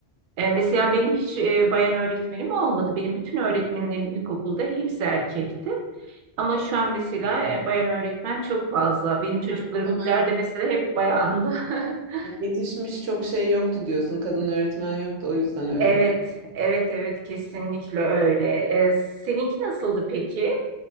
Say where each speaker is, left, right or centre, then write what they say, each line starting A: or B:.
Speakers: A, on the right; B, on the right.
A: E, mesela benim hiç e, bayan öğretmenim olmadı. Benim bütün öğretmenlerim ilkokulda hepsi erkekti. Ama şu an mesela e, bayan öğretmen çok fazla. Benim çocuklarımkiler
B: O zaman
A: de mesela hep bayandı. <laughs>
B: Yetişmiş çok şey yoktu diyorsun. Kadın öğretmen yoktu. O yüzden öyle.
A: Evet, evet, evet kesinlikle öyle. Ee, seninki nasıldı peki?